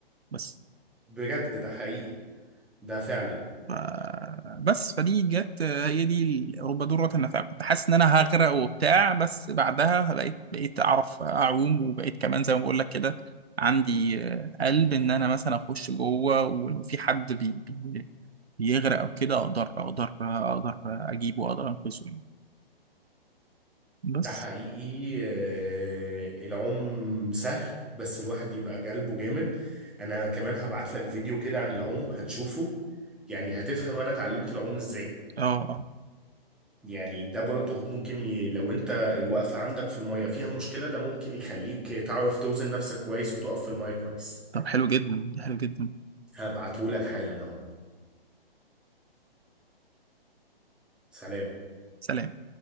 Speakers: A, on the right; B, in the centre.
A: بس
B: بجد ده حقيقي ده فعلا
A: ف... بس فدي جت آه، هي دي ال- رب ضارة نافعة كنت حاسس ان انا هغرق وبتاع بس بعدها بقيت بقيت اعرف اعوم وبقيت كمان زي ما بقول لك كده عندي آه، قلب ان انا مثلا اخش جوه ولو في حد بي... بي- بيغرق او كده اقدر اقدر اقدر اجيبه واقدر انقذه يعني. بس
B: ده حقيقي آه، العوم سهل بس الواحد يبقى قلبه جامد انا كمان هبعت لك فيديو كده عن العوم هتشوفه يعني هتفهم انا اتعلمت العوم ازاي
A: اه اه
B: يعني ده برضه ممكن ي... لو انت الوقفة عندك في المية فيها مشكلة ده ممكن يخليك تعرف توزن نفسك كويس وتقف في المية كويس
A: طب حلو جدا حلو جدا
B: هبعته لك حالا اهو سلام
A: سلام